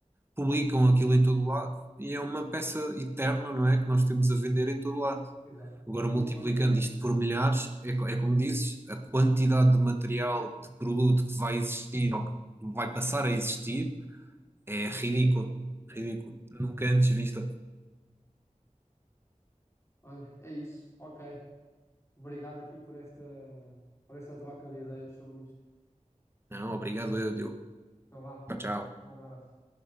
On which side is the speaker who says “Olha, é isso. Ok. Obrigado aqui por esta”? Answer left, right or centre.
Left